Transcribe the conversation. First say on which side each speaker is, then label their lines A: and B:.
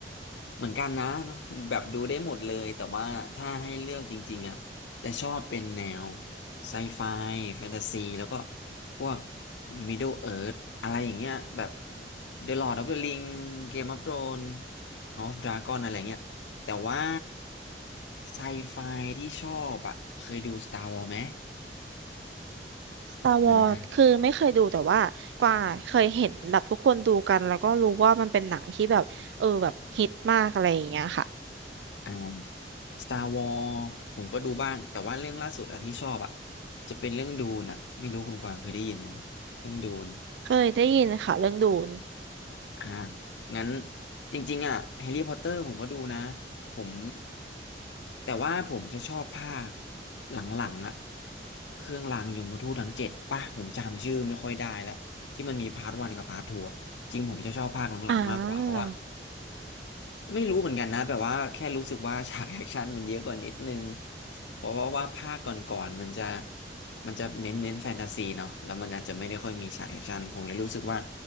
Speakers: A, on the left; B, on the right.
A: เหมือนกันนะแบบดูได้หมดเลยแต่ว่าถ้าให้เลือกจริงๆอ่ะจะชอบเป็นแนวไซไฟแฟนตาซีแล้วก็พวก Middle Earth อะไรอย่างเงี้ยแบบ The Lord of the Ring Game of Thrones House of Dragon อะไรเงี้ยแต่ว่าไซไฟที่ชอบอ่ะเคยดู Star Wars ไหม
B: ตาวอดคือไม่เคยดูแต่ว่ากว่าเคยเห็นแบบทุกคนดูกันแล้วก็รู้ว่ามันเป็นหนังที่แบบเออแบบฮิตมากอะไรอย่างเงี้ยค่ะ
A: อ่า Star Wars ผมก็ดูบ้าง แต่ว่าเรื่องล่าสุดอะที่ชอบอะจะเป็นเรื่องดูนอะไม่รู้คุณกวางเคยได้ยินไหมเรื่องดูน
B: เคยได้ยินค่ะเรื่องดูน
A: อ่างั้นจริงๆอะแฮร์รี่พอตเตอร์ผมก็ดูนะผมแต่ว่าผมจะชอบภาคหลังๆอะเครื่องรางยมทูตทั้งเจ็ดป่ะผมจำชื่อไม่ค่อยได้แล้วที่มันมีพาร์ทวันกับพาร์ททูจริงผมจะชอบภาคหลังๆมากกว่าเพราะว่า
B: อ่า
A: ไม่รู้เหมือนกันนะแบบว่าแค่รู้สึกว่าฉากแอคชั่นมันเยอะกว่านิดนึงเพราะว่าว่าภาคก่อนๆมันจะมันจะเน้นเน้นแฟนตาซีเนาะแล้วมันอาจจะไม่ได้ค่อยมีฉากแอคชั่นผมเลยรู้สึกว่า